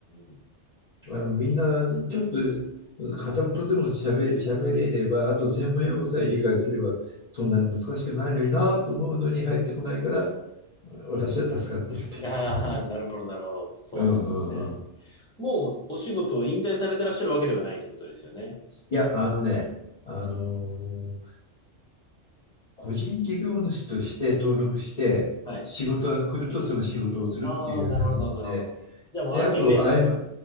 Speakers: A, in the centre; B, on the left.
A: うん
B: あのみんなちょっと片言でもしゃべ、しゃべれれば、あと専門用語さえ理解すれば、そんなに難しくないのになと思うのに入ってこないから、私は助かってるっていう。
A: うん。ああ、なるほど、なるほど。そうなん
B: うんうんうん。
A: ですね。もうお仕事は引退されてらっしゃるわけではないってことですよね。
B: いや、あのね、あのー個人事業主として登録して、
A: はい。
B: 仕事が来るとその仕事をするっていう感じで、
A: ああ、なるほど、なるほど。じゃあもう案件ベースで。
B: で、あと、あいま、